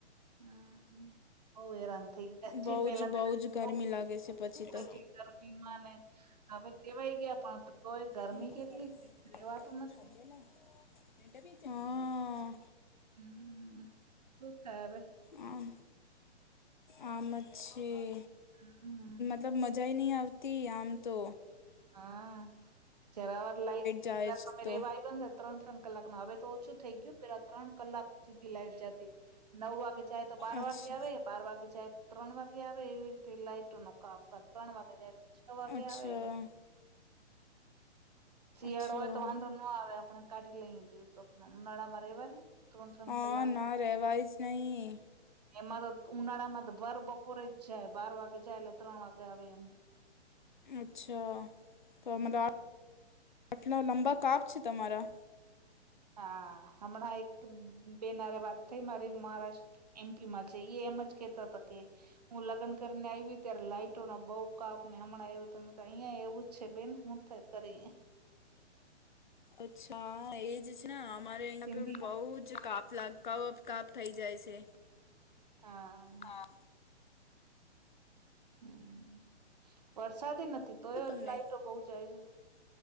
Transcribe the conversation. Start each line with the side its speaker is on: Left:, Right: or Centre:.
Right: હમ. બઉ હેરાન થઈ ગયા
Left: બઉ
Right: છે પેલા
Left: જ બઉ
Right: પેલા
Left: જ ગરમી લાગે છે, પછી તો.
Right: એટલી ગરમીમાં ને હવે ટેવાય ગયા પણ તોય ગરમી
Left: <unintelligible>
Right: કેટલી છે રેવાતું નથી.
Left: <inaudible> હાઅઅઅ
Right: હમ શું થાય હવે.?
Left: આમ આમાં છી
Right: હમ્મ,
Left: મતલબ મજા નહીં આવતી આમ તો
Right: હા જરાવર લાઈટ
Left: જાય
Right: પેલા
Left: જ
Right: તમે
Left: તો
Right: રેવા આવીને ત્રણ ત્રણ કલાક ના હવે તો ઓછું થઈ ગયું પેલા ત્રણ કલાક સુધી લાઈટ જતી નવ વાગે જાય તો બાર
Left: અચ્છા
Right: વાગે આવે. બાર વાગે જાય ત્રણ વાગે આવે એવી રીતે લાઈટ કામકાજ ત્રણ વાગે જાય તો છ વાગે
Left: અચ્છા
Right: આવે એમ. શિયાળો
Left: અચ્છા
Right: હોય તો વાંધો ન આવે આપણે કાઢી લઈ દિવસો પણ ઉનાળામાં રેવાય.? ત્રણ ત્રણ
Left: હા
Right: કલાક
Left: ના રેવાય જ નહીં.
Right: એમાં તો ઉનાળામાં તો ભર બપોરે જ જાય બાર વાગે જાય એટલે ત્રણ વાગે આવે એમ.
Left: અચ્છા. તો મતલબ <inaudible> લંબા કાપ છે તમારા?
Right: હા. હમણાં એક બેન હારે વાત થઈ મારી મહારાષ્ટ્ એમ પીમાં છે ઈએ એમ જ કહેતા તા કે હું લગન કરીને આઈવી ત્યારે લાઈટો નો બઉ કાપ ને હમણાં એવું તો નતા. અહિયાંઈ એવું જ છે બહેન. હું <unintelligible> કરીએ.
Left: અચ્છા. હા એ જજ ના. અમારે અહિયાં
Right: સિંધી
Left: પે બહુ જ કાપ લાગ કવત કાપ થઈ જાય છે.
Right: હા.
Left: હા.
Right: હમ્મ. વરસાદી નથી તો
Left: શું
Right: એઈ
Left: તમને
Right: લાઇટો બહુ જાય છે.